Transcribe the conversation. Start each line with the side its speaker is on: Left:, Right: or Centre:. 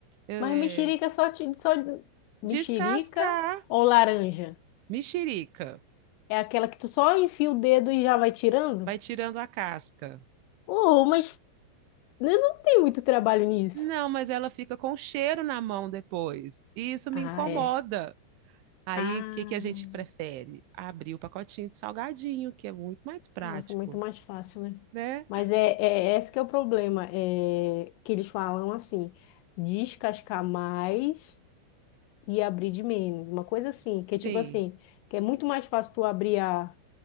Right: Eu,
Left: Mas
Right: é,
Left: mexerica só, te- só mexerica
Right: descascar
Left: ou laranja?
Right: mexerica,
Left: É aquela que tu só enfia o dedo e já vai tirando?
Right: vai tirando a casca.
Left: Oh, mas eu não tem muito trabalho nisso.
Right: Não, mas ela fica com cheiro na mão depois. E isso me
Left: Ah,
Right: incomoda.
Left: é.
Right: Aí,
Left: Ah,
Right: o que que a gente prefere? Abrir o pacotinho de salgadinho, que é muito mais prático,
Left: nossa, muito mais fácil, né?
Right: né?
Left: Mas é, é esse que é o problema, é que eles falam assim, descascar mais e abrir de menos. Uma coisa assim, que
Right: Sim,
Left: é tipo assim, que é muito mais fácil tu abrir a.